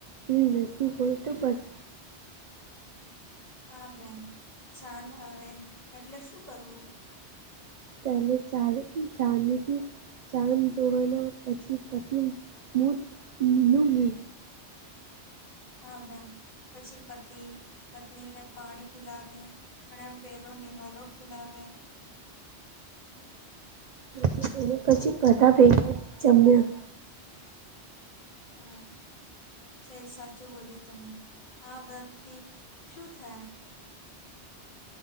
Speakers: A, on the right; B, on the left.
A: દિલ નજદીક હોય તો બસ
B: હા બેન છાન આવે એટલે શું કરવું?
A: પહેલે ચાર જાનલીથી ચાંદ જોવાના પછી પતિ મુત મુહ લી.
B: હા બેન પછી પતિ પત્નીને પાણી પિલાવે અને આ પેલો નિવાલો ખિલાવે.
A: પછી અને પછી ભેગા જમ્યા.
B: હમ્મ. સે સાચું બોલિયુ તમે, આ વ્રત થી શું થાય?